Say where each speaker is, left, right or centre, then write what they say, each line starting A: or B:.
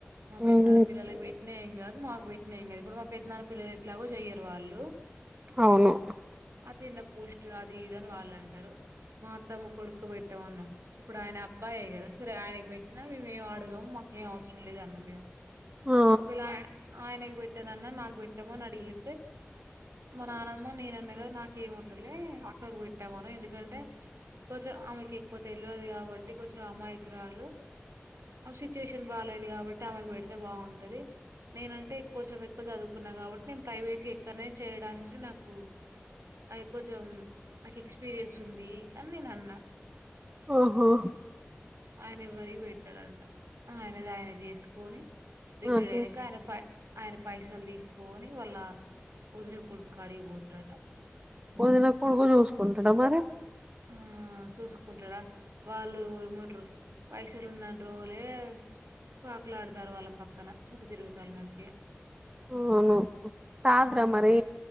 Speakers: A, on the right (about 85°); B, on the right (about 20°).
A: మా పెద్నా
B: ఉమ్,
A: పిల్లల పెట్నా ఏం గాదు మాకు పెట్టిన ఏం గాదు ఇప్పుడు మా పెద్దన్న పిల్లలు ఎట్లాగో చెయరు వాళ్ళు
B: అవును
A: ఆ చిన్న పోస్ట్ అది ఇదని వాళ్ళు అంటారు మాత్తము కొడుక్కు పెట్టమన్నం ఇప్పుడు ఆయనబ అబ్బాయే గదా సరే ఆయనకు పెట్టినా మేముేం అడగాము మాకేం అవసరం లేద అన్న మేము
B: ఆ
A: ఒకలా ఆయనకి పెట్టారు న్న నాగు పెట్టమో అడిగి మననమా నేనన్నగారు నాకు ఏమొద్దులే అక్కకు పెట్టామను ఎందుకంటే కొంచం ఆమెకి ఎక్కువ తెలవదు కాబట్టి కొంచెం అమాయకురాళ్ళు సిచ్యువేషన్ బాగాలేదు కాబట్టి ఆమెకు పెడితే బాగుంటు ఉంటది నేనంటే కొంచెం ఎక్కువ చదువుకున్నా కాబట్టి నేను ప్రైవేట్గా ఎక్కడనే చేయడానికి నాకు అ కొంచెం నాకు ఎక్స్పీరియన్స్ ఉంది అని నేను అన్నా
B: ఓహో
A: ఆయన ఎవరి పెట్టాడంట ఆయనది ఆయన చేసుకొని రిటైర్డ్
B: ఆ, చూస్-
A: అయినంక అయన ఆయన పైసలు దీసుకొని వాళ్ళ వొదిన కొడుకు కాడికి పోతుడట
B: వదిన కొడుకు జూసుకుంటాడా మరి
A: ఆ జూసుకుంటాడా వాళ్ళు ఏమండారు పైసలు ఉన్నా్రోలే పాకులు ఆడుతారు వాళ్ళ పక్కన చుట్ తిరుగుతారు మంచిగా
B: అవును కాదరా
A: హ్మ్.
B: మరి